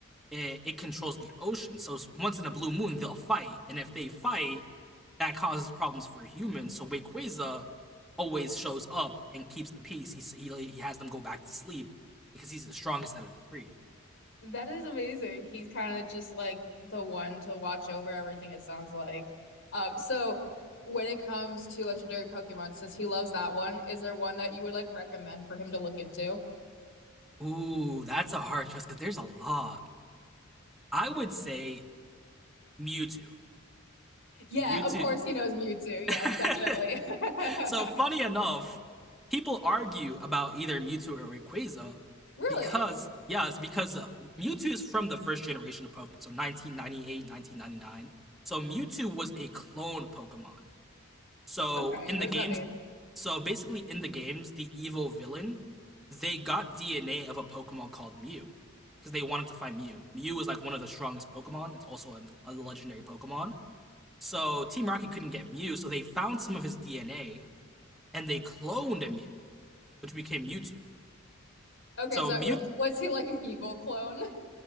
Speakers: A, in the centre; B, on the left.
A: It, it controls the ocean, so once in a blue moon they'll fight, and if they fight, that causes problems for humans. So Wayquaza always shows up and keeps the peace. He he like, he has them go back to sleep because he's the strongest out of the three.
B: That is amazing. He's kind of just like the one to watch over everything, it sounds like. Um, so when it comes to legendary Pokemon, since he loves that one, is there one that you would like recommend for him to look into?
A: Ooh, that's a hard choice because there's a lot. I would say Mewtwo.
B: Yeah,
A: Mewtwo.
B: of course he knows Mewtwo. Yes,
A: <laughs>
B: definitely. <laughs>
A: So funny enough, people argue about either Mewtwo or Rayquaza
B: Really?
A: because yeah, it's because uh, Mewtwo is from the first generation of Pokemon, so 1998, 1999. So Mewtwo was a clone Pokemon. So
B: Okay,
A: in
B: what
A: the
B: does
A: games,
B: that mean?
A: so basically in the games, the evil villain, they got DNA of a Pokemon called Mew because they wanted to find Mew. Mew is like one of the strongest Pokemon. It's also a, a legendary Pokemon. So Team Rocket couldn't get Mew, so they found some of his DNA and they cloned a Mew, which became Mewtwo.
B: Okay,
A: So
B: so
A: Mew,
B: w- was he like an evil clone? <laughs>